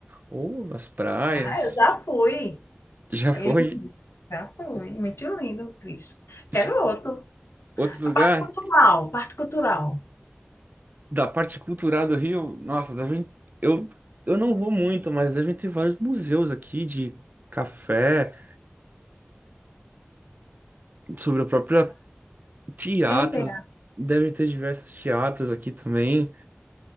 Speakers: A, on the right; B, on the left.
A: ou as praias.
B: Ah, eu já fui.
A: Já foi
B: É lindo. Já fui. Muito lindo, Cristo.
A: Esse
B: Quero outro.
A: outro
B: A
A: lugar
B: parte cultural, parte cultural.
A: da parte cultural do Rio. Nossa, devem, eu eu não vou muito, mas devem ter vários museus aqui de café, sobre o próprio teatro.
B: Tem, tem.
A: Devem ter diversos teatros aqui também.